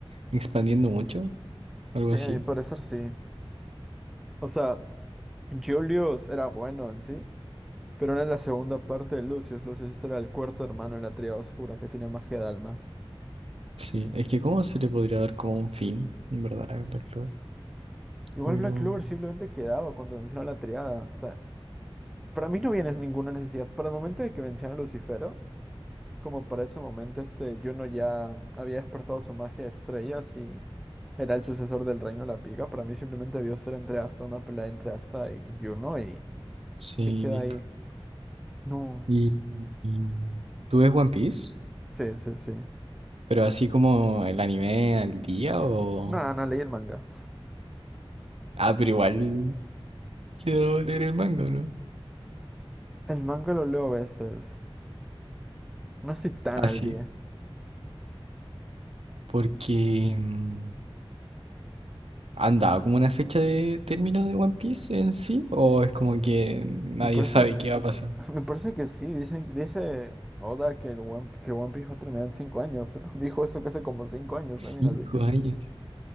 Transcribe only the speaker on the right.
expandiendo mucho, algo
así.
Sí, es que cómo se le podría dar como un fin, en verdad, a Black Clover.
Como que
no.
Sí,
listo.
¿Y, y tú ves One Piece?
Pero así como el anime al día o...
Ah, pero igual quiero leer el manga, ¿no?
Así,
porque mm, ¿han dado como una fecha de término de One Piece en sí? ¿O es como que nadie
sabe qué va a pasar?
Cinco
años.